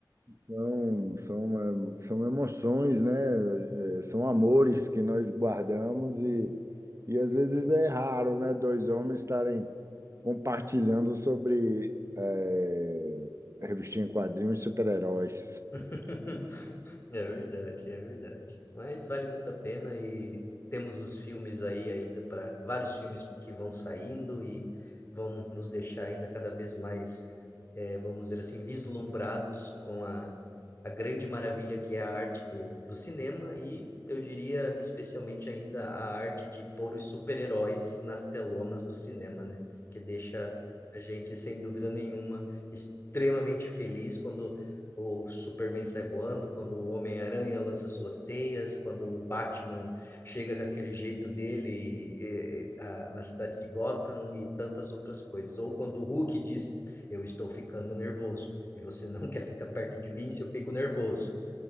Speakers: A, on the right (about 40°); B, on the left (about 30°).
A: São, são, eh, são emoções, né? Eh, São amores que nós guardamos e, e às vezes é raro, né? Dois homens estarem compartilhando sobre eh, revistinha em quadrinhos e super-heróis.
B: <laughs> É verdade, é verdade. Mas vale muito a pena e temos os filmes aí ainda para vários filmes que vão saindo e vão nos deixar ainda cada vez mais, eh, vamos dizer assim, vislumbrados com a, a grande maravilha que é a arte do, do cinema e eu diria especialmente ainda a arte de pôr os super-heróis nas telonas do cinema, né? Que deixa a gente, sem dúvida nenhuma, extremamente feliz quando o Superman sai voando, quando o Homem-Aranha lança suas teias, quando o Batman chega com aquele jeito dele eh, ah, na cidade de Gotham e tantas outras coisas. Ou quando o Hulk diz, eu estou ficando nervoso. E você não <laughs> quer ficar perto de mim se eu fico nervoso.